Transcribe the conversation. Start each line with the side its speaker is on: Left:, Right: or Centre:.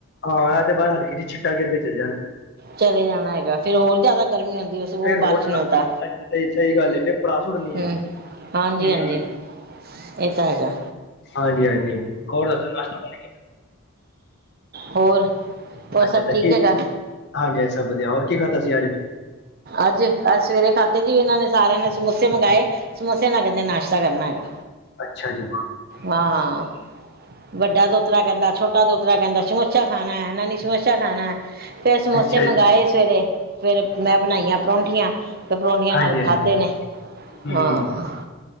Left: ਹਾਂ, ਐ ਤੇ ਬਸ ਹਲਕੇ ਜੀ, ਛਿੱਟਾ ਗੇਰ ਕੇ ਚਲੇ ਜਾਨ।
Right: ਚਲੇ ਜਾਣਾ ਹੈਗਾ ਫੇਰ ਹੋਰ ਜਾਦਾ ਗਰਮੀ ਹੁੰਦੀ। ਤੇ ਓ
Left: ਫੇਰ
Right: ਬਾਰਿਸ਼
Left: ਹੋਰ
Right: ਨੂੰ ਤਾ
Left: ਸਹੀ ਸਹੀ ਗੱਲ ਏ ਫੇਰ ਪੜ੍ਹਾ ਸੁੱਟਣੀ
Right: ਹਮ,
Left: ਏ।
Right: ਹਾਂਜੀ
Left: ਹੂੰ,
Right: -ਹਾਂਜੀ। ਏਹ ਤਾਂ ਹੈਗਾ।
Left: ਹਾਂਜੀ -ਹਾਂਜੀ, ਹੋਰ ਦੱਸੋ <unintelligible>
Right: ਹੋਰ? ਹੋਰ
Left: ਅੱਛਾ
Right: ਸਭ
Left: -ਅੱਛਾ
Right: ਠੀਕ
Left: ਕੀ,
Right: ਹੈਗਾ
Left: ਹਾਂਜੀ ਹਾਂ ਸਬ ਵਧੀਆ, ਹੋਰ ਕੀ ਖਾਧਾ ਸੀ ਅੱਜ?
Right: ਅੱਜ, ਅੱਜ ਸਵੇਰੇ ਖਾਦੇ ਜੀ, ਇਨਾਂ ਨੇ ਸਾਰੇਆਂ ਨੇ ਸਮੋਸੇ ਮੰਗਾਏ। ਸਮੋਸੇਆਂ ਨਾਲ, ਕੈੰਦੇ ਨਾਸ਼ਤਾ ਕਰਨਾ ਹੈਗਾ।
Left: ਅੱਛਾ ਜੀ ਹੂੰ,
Right: ਹਾਂ, ਵੱਡਾ ਦੋਤਰਾ ਕੈੰਦਾ ਛੋਟ ਛੋਟਾ ਦੋਤਰਾ ਕੈੰਦਾ ਛਮੋਛਾ ਖਾਨਾ, ਨਾਨੀ ਛਮੋਸ਼ਾ ਖਾਨਾ ਹੈ। ਫੇਰ ਸਮੋਸੇ
Left: ਅੱਛਾ
Right: ਮੰਗਵਾਏ
Left: ਜੀ
Right: ਸਵੇਰੇ, ਫੇਰ ਮੈਂ ਣਾਈਆਂ ਪਰੌਠੀਆਂ, ਤੇ ਪਰੌਂਠੀਆਂ
Left: ਹਾਂਜੀ-ਹਾਂਜੀ
Right: ਨਾਲ ਖਾਧੇ ਨੇ,
Left: ਹੂੰ,
Right: ਹਾਂ।